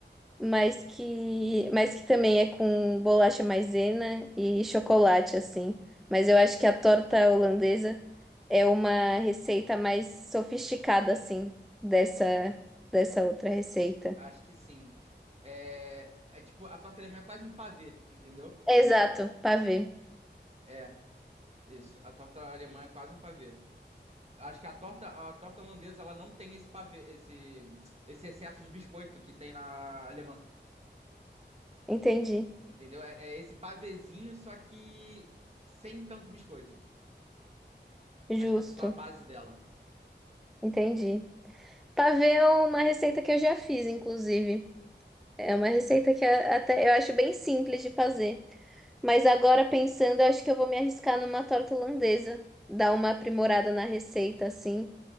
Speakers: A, in the centre; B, on the right.
A: mas que, mas que também é com bolacha maisena e chocolate, assim. Mas eu acho que a torta holandesa é uma receita mais sofisticada, assim, dessa, dessa outra receita.
B: Acho que sim. É, é tipo, a torta alemã é quase um pavê, entendeu?
A: Exato, pavê.
B: É, isso. A torta alemã é quase um pavê. Eu Acho que a torta, a torta holandesa, ela não tem esse pavê, esse, esse excesso de biscoito que tem na alemã.
A: Entendi.
B: Entendeu? É, é esse pavezinho, só que sem tanto biscoito.
A: Justo.
B: Acho que é só a base dela.
A: Entendi. Pavê é uma receita que eu já fiz, inclusive. É uma receita que a- até eu acho bem simples de fazer. Mas agora pensando, eu acho que eu vou me arriscar numa torta holandesa, dar uma aprimorada na receita assim.